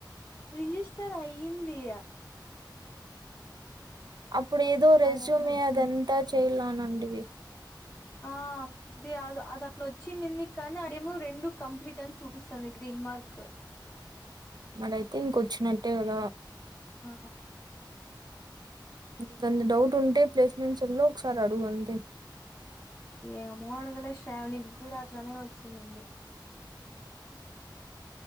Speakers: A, on the left; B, on the right.
A: రిజిస్టర్ అయిందియా
B: అప్పుడు ఏదో రెస్యూమే
A: అదట్లో చిన్న
B: అదంతా చెయ్లా నంటివి
A: ఆ అది అ అది అట్లోచ్చింది ఎందుకు కానీ, అదేమో రెండు కంప్లీట్ అని చూపిస్తుంది గ్రీన్ మార్క్.
B: మరయితే ఇంకొచ్చినట్టే కదా?
A: ఆ
B: ఇంకేంది డౌట్? ఉంటే ప్లేస్మెంట్స్ ల్లో క్షారడుగు అంతే.
A: ఏమో అడగలే, శ్రావణి క్కూడ అట్లానే వచ్చిందంది.